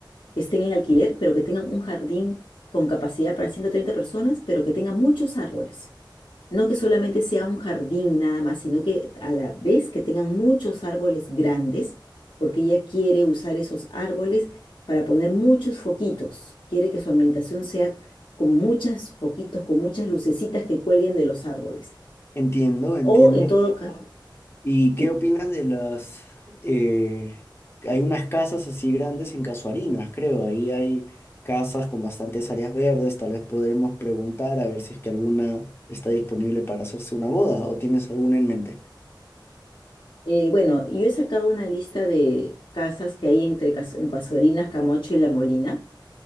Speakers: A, on the left; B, on the left.
A: que estén en alquiler, pero que tengan un jardín con capacidad para 130 personas, pero que tengan muchos árboles. No que solamente sea un jardín nada más, sino que a la vez que tengan muchos árboles grandes, porque ella quiere usar esos árboles para poner muchos foquitos. Quiere que su ambientación sea con muchos foquitos, con muchas lucecitas que cuelguen de los árboles.
B: Entiendo, entiendo.
A: O en todo Entiendo. caso,
B: ¿Y qué
A: sí.
B: opinas de las... eh, hay unas casas así grandes en Casuarinas, creo. Ahí hay casas con bastantes áreas verdes. Tal vez podremos preguntar a ver si es que alguna está disponible para hacerse una boda o tienes alguna en mente.
A: Eh, bueno, yo he sacado una lista de casas que hay entre Cas- en Casuarinas, Camocho y La Molina.